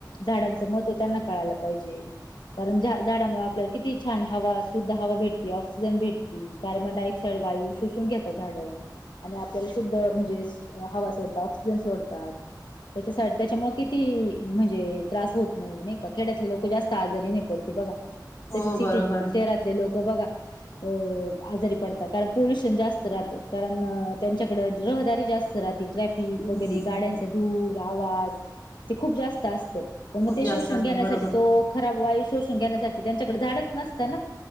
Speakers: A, on the left; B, on the left.
A: झाडांचं महत्त्व त्यांना कळायला पाहिजे. पाहिजे कारण झा झाडामुळे आपल्याला किती छान हवा शुद्ध हवा भेटते ऑक्सिजन भेटती. कार्बनडायऑक्साइड वायू शोषून घेता झाडं. आणि आपल्याला शुद्ध म्हणजे हवा सोडतात, ऑक्सिजन सोडतात. त्याच्यासा त्याच्यामुळे किती म्हणजे त्रास होत नाही, नाही का? खेड्यातले लोक जास्त आजारी नाही पडते बघा
B: हो
A: तसे सिटीत
B: बरोबर
A: शहरातले लोक <unintelligible> बघा अ आजारी पडता, कारण पोल्युशन जास्त राहत कारण त्यांच्याकडं रहदारी जास्त राहते ट्रॅफिक
B: हम्म
A: वगैरे गाड्यांचा धूर, आवाज. ते खूप जास्त असत पण
B: खूप
A: मग ते
B: जास्त
A: शोषण
B: असत
A: घेण्यासाठी
B: बरोबर
A: तो खराब वाय शोषुन घेण्यासाठी त्यांच्याकड झाडच नसत ना